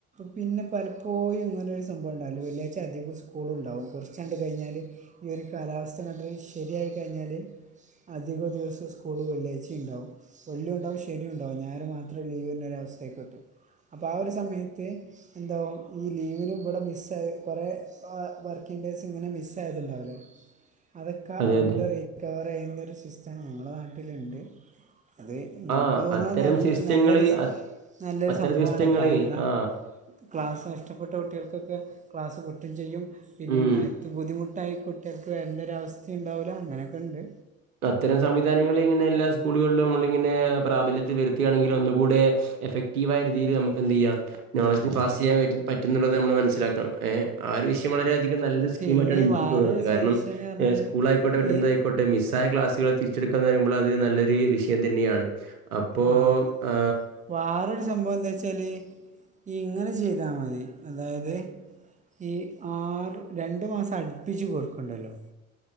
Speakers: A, on the right (about 15°); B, on the right (about 80°).
A: പിന്നെ പലപ്പോഴും ങ്ങനൊരു പ സംഭവംഉണ്ടാവില്ല വെള്ളിയാഴ്ച അധികം സ്കൂളുണ്ടാവും. കൊറച്ചങ്ങ്ട് കഴിഞ്ഞാല് ഈ ഒരു കാലാവസ്ഥങ്ങ്ട്ട് ശരിയായിക്കഴിഞ്ഞാല് അധിക ദിവസ സ്കൂള് വെള്ളിയാഴ്ചീണ്ടാവും. വെള്ളി ണ്ടാവും ശനി ഉണ്ടാവും ഞായർ മാത്രം ലീവിനര്നൊര വസ്ഥീക്കെത്തും. അപ്പൊ ആ ഒരു സമയം ത് എന്താവും ഈ ലീവിന് ബടെ മിസ്സായെ കുറേ വർക്കിംഗ് ഡേയ്സ്ങ്ങനെ മിസ്സാ ആയത്ണ്ടാവൊല്ലേ. അതൊക്കെ
B: അതെ
A: ഔഡ്
B: അതെ
A: റിക്കവർ ചെയ്യുന്നൊരു സിസ്റ്റം ഞങ്ങളുടെ നാട്ടിലുണ്ട്. അത്
B: ആ
A: ൻക്ക് തോന്ന്ണ്
B: അത്തരം സിസ്റ്റങ്ങള്
A: നല്ലൊരു നല്ലൊരു
B: അത്തരം
A: സംഭവമാണ്
B: സിസ്റ്റങ്ങള്
A: കാരണം.
B: ആ
A: ക്ലാസ് നഷ്ടപ്പെട്ട കുട്ടികൾക്കൊക്കെ ക്ലാസ്സ് കിട്ടും ചെയ്യും. പിന്നെ
B: ഉം
A: മഴത്ത് ബുദ്ധിമുട്ടായി കുട്ടികൾക്ക് വര്ൻ്റൊരവസ്ഥീ ണ്ടാവുല അങ്ങനെക്കെ ണ്ട്.
B: അത്തരം സംവിധാനങ്ങളിങ്ങനെ എല്ലാ സ്കൂളുകളിലും നമ്മളിങ്ങനെ പ്രാബല്യത്തിൽ വരുത്തുകയാണെങ്കില് ഒന്നുകൂടെ എഫക്റ്റീവായ രീതിയിൽ നമുക്ക് എന്തിയ്യാ നോളജ് പാസീയ്യാം
A: ആ
B: പറ്റുന്നുള്ളത് നമ്മൾ മനസ്സിലാക്കണം. ഏ ആ ഒരു വിഷയം വളരെയധികം നല്ലൊരു സ്കീമായിട്ടാണ്
A: പിന്നെ
B: ഇൻക്ക്
A: വേറൊരു
B: തോന്നുന്നത് കാരണം
A: സജഷൻ എന്ന് പറഞ്ഞാൽ
B: സ്കൂളായിക്കോട്ടെ മറ്റെന്തായി
A: ഈ
B: ക്കോട്ടെ മിസ്സായ ക്ലാസുകൾ തിരിച്ചെടുക്കാന്ന്റയുമ്പോൾ അത് നല്ലൊരു വിഷയം തന്നെയാണ്. പ്പോ
A: ആഹ്
B: ആ
A: വേറൊരു സംഭവം എന്താച്ചാൽ ഇങ്ങനെ ചെയ്താമതി. അതായത് ഈ ആറ് രണ്ട് മാസം അട്പ്പിച്ച് കൊടുക്ക്ണ്ടല്ലോ.